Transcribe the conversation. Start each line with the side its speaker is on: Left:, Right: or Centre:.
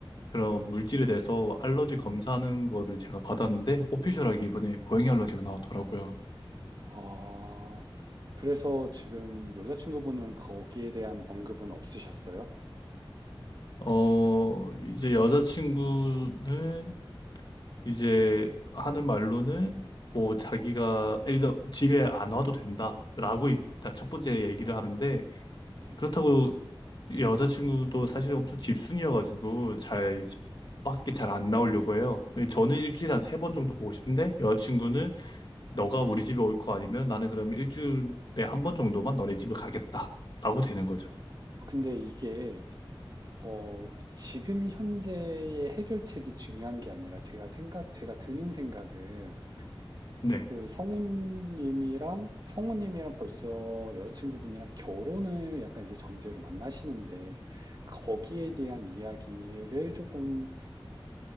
Left: 그런 물질에 대해서 알러지 검사하는 거를 제가 받았는데 오피셜하게 이번에 고양이 알러지가 나왔더라고요.
Right: 아, 그래서 지금 여자친구분은 거기에 대한 언급은 없으셨어요?
Left: 어, 이제 여자친구는 이제 하는 말로는 뭐 자기가 일단 집에 안 와도 된다라고 일단 첫 번째 얘기를 하는데
Right: 예.
Left: 그렇다고 여자친구도 사실 엄청 집순이여가지고 잘 집 밖에 잘 안 나오려고 해요. 근데 저는 일주일에 한 세 번 정도 보고 싶은데 여자친구는 너가 우리 집에 올 거 아니면 나는 그러면 일주일에 한 번 정도만 너네 집에 가겠다라고 되는 거죠.
Right: 어, 근데 이게 어, 지금 현재의 해결책이 중요한 게 아니라 제가 생각, 제가 드는 생각은
Left: 네,
Right: 그 성우님이랑, 성우님이랑 벌써 여자친구분이랑 결혼을 약간 이제 전제로 만나시는데 거기에 대한 이야기를 조금